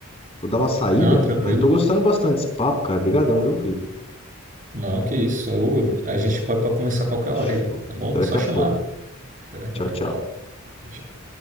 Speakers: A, on the left; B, on the right.
A: Vou dar uma saída,
B: Não, tranquilo.
A: mas eu tô gostando bastante desse papo, cara. Obrigadão, viu, Felipe?
B: Não, que isso. Eu- a gente pode, pode começar a qualquer
A: Fechou.
B: hora aí, tá bom?
A: Até
B: É
A: daqui
B: só
A: a
B: chamar.
A: pouco.
B: Até daqui
A: Tchau,
B: a pouco.
A: tchau.
B: Tchau.